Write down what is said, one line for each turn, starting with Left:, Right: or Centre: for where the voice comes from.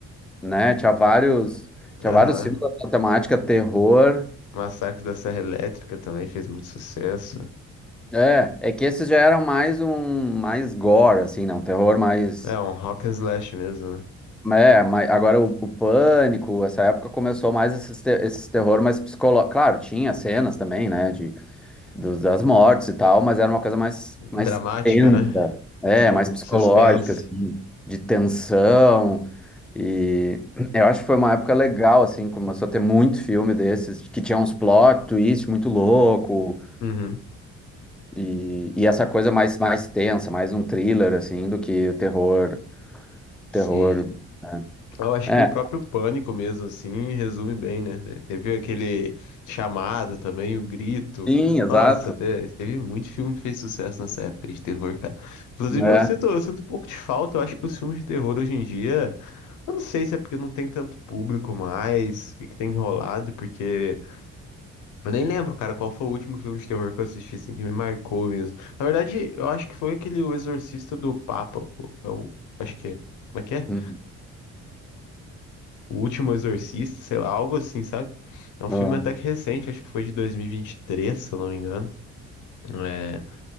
Centre: né, tinha vários, tinha
Left: Aham.
Centre: vários filmes da temática terror.
Left: Massacre da Serra Elétrica também fez muito sucesso.
Centre: É, é que esses já eram mais um, mais gore, assim, não, terror mais
Left: É um rock and slash mesmo, né?
Centre: É, mas agora o, o Pânico, essa época começou mais esses, te- esses terror mais psicológico. Claro, tinha cenas também, né, de, dos- das mortes e tal, mas era uma coisa mais, mais
Left: Dramática,
Centre: tensa,
Left: né?
Centre: é,
Left: Sim,
Centre: mais psicológica,
Left: suspense.
Centre: assim, de tensão. E eu acho que foi uma época legal, assim, começou a ter muito filme desses, que tinha uns plot twist muito louco,
Left: Uhum.
Centre: e, e essa coisa mais, mais tensa, mais um thriller, assim, do que o terror, terror.
Left: Sim.
Centre: né.
Left: Eu acho
Centre: É,
Left: que o próprio pânico mesmo, assim, resume bem, né? Te- Teve aquele chamado também, o grito.
Centre: sim, exato.
Left: Nossa, te- teve muito filme que fez sucesso nessa época de terror, cara. Inclusive,
Centre: É.
Left: eu sinto, eu sinto um pouco de falta. Eu acho que os filmes de terror hoje em dia. Eu não sei se é porque não tem tanto público mais, o que que tem enrolado, porque. Eu nem lembro, cara, qual foi o último filme de terror que eu assisti, assim, que me marcou mesmo. Na verdade, eu acho que foi aquele O Exorcista do Papa. o- Eu acho que é. Como é que é?
Centre: Hum,
Left: O Último Exorcista, sei lá, algo assim, sabe? É um
Centre: ó.
Left: filme até que recente, acho que foi de 2023, se eu não me engano. É,